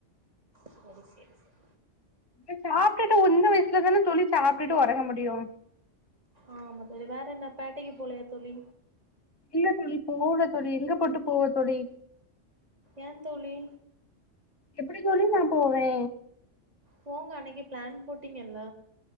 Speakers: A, on the right; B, on the left.
A: செரி செரி செரி
B: அ சாப்ட்டுட்டு உந்த வயசுல தானே தோழி சாப்ட்டுட்டு வொறங்க முடியு
A: ஆமா தோழி வேற என்ன பேட்டைக்கு போலையா தோழி
B: எங்க தோழி போவல தோழி எங்க போட்டு போவ தோழி
A: ஏ தோழி
B: எப்புடி தோழி நா போவே
A: போங்க அன்னைக்கு பிளான் போட்டீங்கல்ல